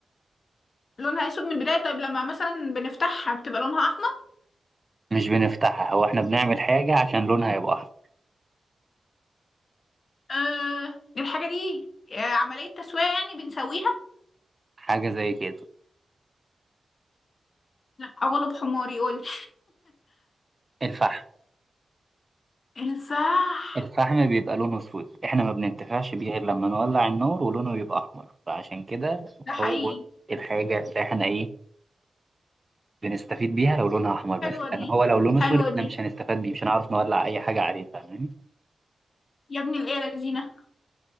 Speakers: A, on the left (about 55°); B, on the right (about 30°).
A: لونها أسود من البداية طيب لما مثلا بنفتحها بتبقى لونها أحمر
B: مش بنفتحها هو إحنا بنعمل حاجة عشان لونها يبقى أحمر
A: آه الحاجة دي آه، عملية تسوية يعني بنسويها
B: حاجة زي كده
A: لا أغلب حماري قول
B: الفحم
A: <laughs> صح
B: الفحم بيبقى لونه أسود إحنا ما بننتفعش بيه غير لما نولع النور ولونه يبقى أحمر فعشان كده
A: ده
B: هو
A: حقيقي
B: الحاجة اللي إحنا إيه بنستفيد بيها لو لونها أحمر بس
A: حلوة
B: لأن
A: دي
B: هو لو لونه أسود
A: حلوة
B: إحنا
A: دي
B: مش هنستفاد بيه مش هنعرف نولع أي حاجة عليه فاهماني
A: يا ابن الإيه يا لذينة